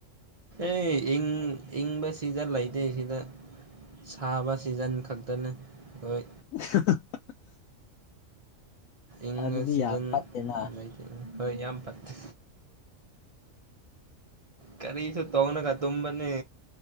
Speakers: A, on the right (about 45°); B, on the left (about 80°).
A: ꯑꯦꯪ ꯏꯪꯕꯁꯤꯗ ꯂꯩꯇꯦ ꯁꯤꯗ ꯁꯥꯕ ꯁꯤꯖꯟ ꯈꯛꯇꯅ ꯍꯣꯏ
B: <unintelligible>
A: ꯏꯪꯒ
B: ꯑꯗꯨꯗꯤ
A: ꯁꯤꯖꯟ
B: ꯌꯥꯝ ꯐꯠꯇꯦꯅ
A: ꯂꯩꯇ ꯍꯣꯏ ꯌꯥꯝ ꯐꯠꯇꯦ ꯀꯔꯤꯁꯨ ꯇꯧꯅꯒ ꯇꯝꯕꯅꯤ